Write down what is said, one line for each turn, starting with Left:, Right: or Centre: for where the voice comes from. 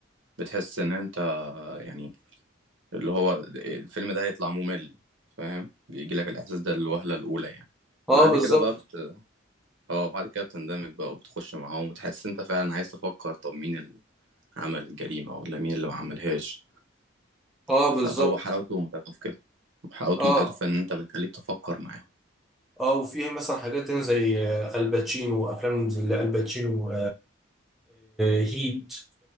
Right: فبتحس ان انت يعني اللي هو الفيلم ده هيطلع ممل فاهم بيجي لك الاحساس ده الوهلة الاولى يعني
Centre: اه
Right: بعد
Centre: بالظبط
Right: كده بقى بت... اه بعد كده بتندمج بقى وبتخش معاهم وتحس انت فعلا عايز تفكر طب مين اللي عمل الجريمة ولا مين اللي ما عملهاش
Centre: اه
Right: فهو
Centre: بالظبط
Right: حلاوته ومتعته في كده حلاوته
Centre: اه
Right: ومتعته في ان انت بتخليك تفكر معاهم
Centre: اه وفيها مثلا حاجات تانية زي آه، الباتشينو وأفلام زي الباتشينو هيت